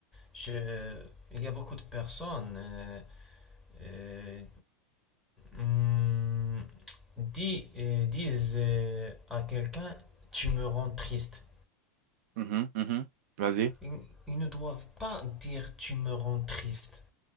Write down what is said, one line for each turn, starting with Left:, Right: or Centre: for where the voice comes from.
Centre: je, euh, il y a beaucoup de personnes euh, euh, Hum, dis, euh, disent euh, à quelqu'un, tu me rends triste.
Right: mhm, mhm. Vas-y.
Centre: Ils, ils ne doivent pas dire, tu me rends triste.